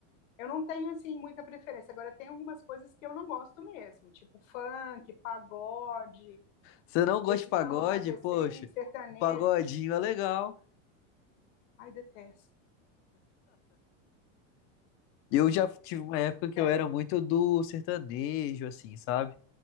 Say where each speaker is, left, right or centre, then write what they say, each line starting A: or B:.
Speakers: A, on the left; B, on the left.
A: Eu não tenho assim muita preferência. Agora tem algumas coisas que eu não gosto mesmo, tipo funk, pagode
B: Você não gosta
A: esse
B: de pagode?
A: samba mais recente,
B: Poxa,
A: sertanejo.
B: o pagodinho é legal.
A: Ai, detesto.
B: Eu já tive uma época que
A: Detesto.
B: eu era muito do sertanejo, assim, sabe?